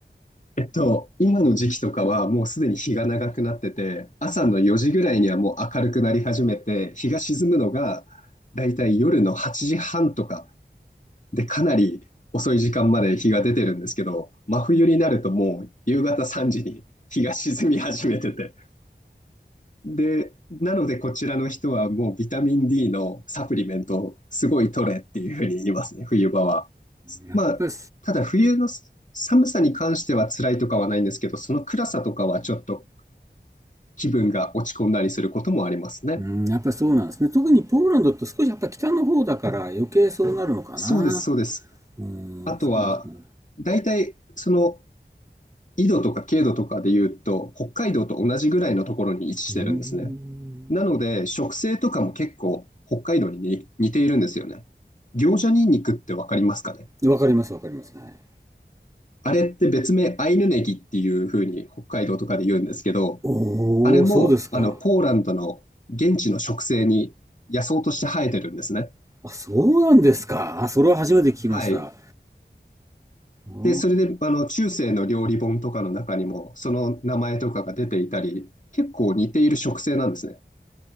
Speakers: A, on the left; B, on the right.
A: えっと、今の時期とかはもうすでに日が長くなってて、朝の4時ぐらいにはもう明るくなり始めて、日が沈むのがだいたい夜の8時半とかでかなり遅い時間まで日が出てるんですけど、真冬になるともう夕方3時に日が沈み始めてて、で、なのでこちらの人はもうビタミン D のサプリメントをすごい取れっていうふうに言いますね、冬場は。
B: やっぱり
A: まあ、ただ冬の寒さに関しては辛いとかはないんですけど、その暗さとかはちょっと気分が落ち込んだりすることもありますね。
B: うん、やっぱりそうなんですね。特にポーランドって少しやっぱ北の方だから余計そうなるのかな。
A: そうです、そうです。
B: うん、
A: あとは、
B: そうですね。
A: 大体その緯度とか経度とかで言うと、北海道と同じぐらいのところに位置してるんですね。
B: うん。
A: なので、食性とかも結構北海道にに似ているんですよね。行者ニンニクってわかりますかね
B: わかります、わかります。はい。
A: あれって別名アイヌネギっていう風に北海道とかで言うんですけど、
B: おお、
A: あれもあのポーランドの現地の植生に野草として生えてるんですね。
B: そうですか。あ、そうなんですか。あ、それは初めて聞きました。
A: はい。
B: ああ。
A: で、それであの中世の料理本とかの中にもその名前とかが出ていたり、結構似ている植生なんですね。